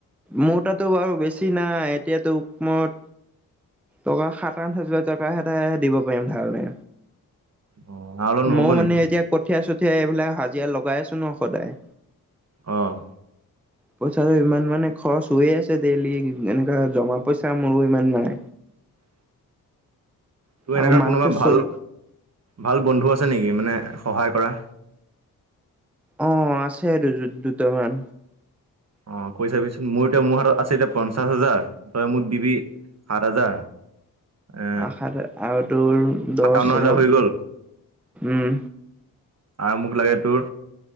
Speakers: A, in the centre; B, on the right (about 40°).
A: মোৰ তাতো বাৰু বেছি নাই এতিয়াতো মই টকা সাত আঠ হাজাৰ টকা এটাহে দিব পাৰিম ধাৰলে
B: অ আৰু অলপ নহ'ব
A: মই
B: নেকি
A: মানে এতিয়া কঠীয়া চঠীয়া এইবিলাক হাজিৰা লগাই আছো ন সদায়
B: অ',
A: পইচাটো ইমান মানে খৰচ হৈয়ে আছে ডেইলি এনেকা জমা পইচা মোৰো ইমান নাই।
B: <unintelligible> তোৰ
A: আৰু
B: এনেকুৱা
A: মাহটো
B: কোনোবা ভাল
A: চল
B: ভাল বন্ধু আছে নেকি মানে সহায় কৰা
A: অ', আছে দুটামান।
B: অ', কৈ চাবিচোন মোৰ এতিয়া মোৰ হাতত আছে এতিয়া পঞ্চাশ হাজাৰ তই মোক দিবি আঠ হাজাৰ এ
A: আশাত আৰু তোৰ দহ
B: সাতাৱন্ন হাজাৰ
A: এঘাৰ,
B: হৈ গ'ল
A: উম
B: আৰু মোক লাগে তোৰ